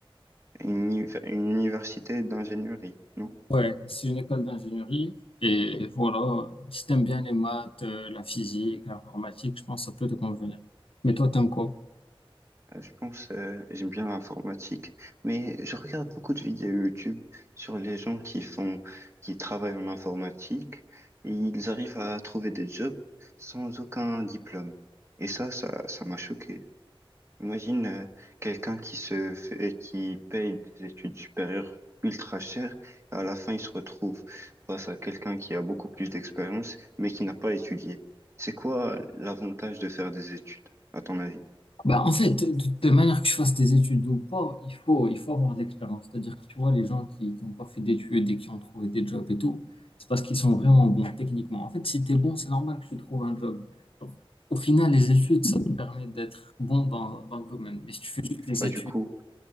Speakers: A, on the right (about 30°); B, on the left (about 75°).
A: Une, univer- une université d'ingénierie, non?
B: Ouais, c'est une école d'ingénierie et voilà, si t'aimes bien les maths, euh, la physique, l'informatique, je pense que ça peut te convenir. Mais toi, t'aimes quoi?
A: Euh, Je pense, euh, j'aime bien l'informatique, mais je regarde beaucoup de vidéos YouTube sur les gens qui font, qui travaillent en informatique et ils arrivent à trouver des jobs sans aucun diplôme. Et ça, ça, ça m'a choqué. Imagine, euh, quelqu'un qui se fait, qui paye des études supérieures ultra chères, et à la fin, il se retrouve face à quelqu'un qui a beaucoup plus d'expérience, mais qui n'a pas étudié. C'est quoi l'avantage de faire des études, à ton avis?
B: Bah, en fait, de, de manière que je fasse des études ou pas, il faut, il faut avoir de l'expérience. C'est-à-dire que tu vois, les gens qui n'ont pas fait d'études et qui ont trouvé des jobs et tout, c'est parce qu'ils sont vraiment bons techniquement. En fait, si tu es bon, c'est normal que tu trouves un job. Donc, au final, les études, ça te permet d'être bon dans, dans le domaine. Mais si tu fais juste les
A: Bah,
B: études,
A: du coup,